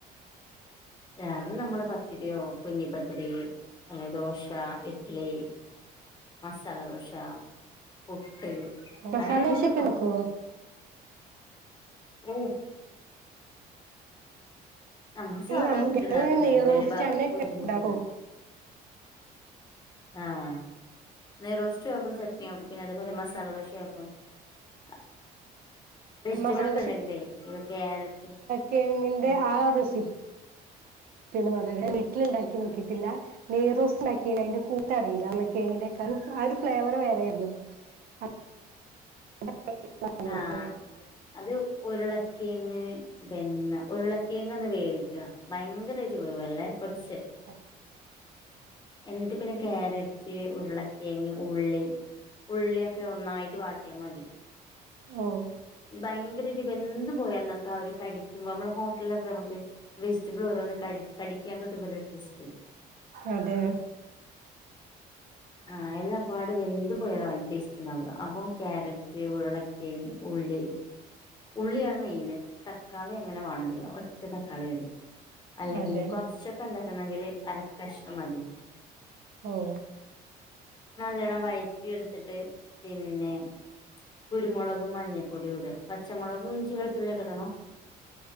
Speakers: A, on the left; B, on the right.
A: രാവിലെ നമ്മള് പത്തിരിയോ കുഞ്ഞി പത്തിരി അല്ലേ ദോശ ഇഡ്ലി മസാലദോശ പുട്ട്
B: മസാല
A: അങ്ങനെ എന്തെങ്കിലും
B: ദോശയൊക്കെ
A: ഒക്കെ
B: ഉണ്ടാക്കുവോ
A: ആക്കും ഓഹ് നമ്മള് സാധാ
B: ഈ ഞങ്ങള്
A: ഫുഡ് ഇണ്ടാക്കുന്നന്നെ
B: നെയ്റോസ്റ്റ്
A: വെല്യ ബാ
B: അങ്ങനെയൊക്കെ
A: ബുദ്ധിമുട്ടുന്നേ
B: ഉണ്ടാക്കും
A: ആഹ് നെറോസ്റ്റും ആക്കും ചട്നി ആക്കും പിന്നെ അതെ പോലെ മസാല ദോശയാക്കും അ വെജിറ്റബിൾ
B: മസാല
A: ഒക്കെ എണ്ടെങ്കിലേ ഇപ്പ ക്യാരറ്റ്
B: തേങ്ങന്റെ
A: ഉം
B: ആ റെസിപ്പിന്ന് പറഞ്ഞ് തരണേ ഞാൻ വീട്ടിൽ എണ്ടാക്കി നോക്കിട്ട് ഇല്ല നെയ്റോസ് ഇണ്ടാക്കില്ല അയിന്റെ കൂട്ട് അറിയില്ല ഉർളക്കിഴങ്ങിന്റെ ക്കെ ആ ഒരു ഫ്ലേവറ് വേറെ അല്ലേ <unintelligible>
A: ആഹ് അത് ഉരുളക്കിങ്ങ് പിന്നെ ഉരുളക്കെങ്ങ് ഒന്ന് വേവിക്കാ ഭയങ്കര ആയിട്ട് വേവല്ലേ കൊറച്ച്
B: ഓ
A: എന്നിട്ട് പിന്നെ ക്യാരറ്റ് ഉരുളക്കേങ്ങ് ഉള്ളി ഉള്ളി ഒക്കെ ഒന്നായിട്ട് വാട്ടിയാ മതി
B: ഓഹ്
A: ഭയങ്കര ഒര് വെന്ത് പോയാല് നമുക്ക് ഒരു അ കടിക്കുമ്പോ നമ്മടെ ഹോട്ടലില് ഒക്കെ നമ്മക്ക് വെജിറ്റബിൾ ഓരോന്ന് കഴി കടിക്കാൻ കിട്ടുമ്പോള്ല്ലേ ഒര് ടെസ്റ്റ്
B: അതെ
A: ആഹ് എല്ലാ പാട് വെന്ത് പോയാലും ആ ടെസ്റ്റ്‌ ഇണ്ടാവുല്ല അപ്പം ക്യാരറ്റ് ഉരുള ക്കിഴങ്ങ് ഉള്ളി ഉള്ളിയാണ് മെയിന് തക്കാളി അങ്ങനെ വണോന്ന് ഇല്ല ഒറ്റ തക്കാളി മതി അല്ലെങ്കില്
B: അതെ
A: കൊറച്ച് ഒക്കെ ഇണ്ടാക്ക് ണെങ്കില് അരക്കഷ്ണം മതി
B: ഓഹ്
A: നല്ലോണ്ണം വയറ്റി എടുത്തിട്ട് പിന്നെ കുരുമുളകും മഞ്ഞപ്പൊടിയു ഇട പച്ചമുളകും ഇഞ്ചി വെളുത്തുള്യൊക്കെ ഇടണം